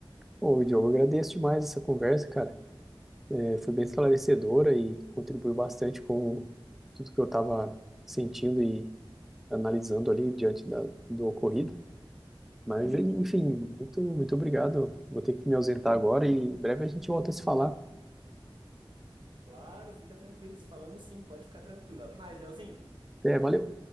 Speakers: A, in the centre; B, on the right.
A: Bom, Diogo, eu agradeço demais essa conversa, cara. É, foi bem esclarecedora e contribuiu bastante com tudo que eu estava sentindo e analisando ali diante da, do ocorrido. Mas, enfim,
B: Sim.
A: muito, muito obrigado. Vou ter que me ausentar agora e em breve a gente volta a se falar.
B: Claro, fica tranquilo. Se falamos sim, pode ficar tranquilo. Até mais, Leozinho.
A: Até, valeu.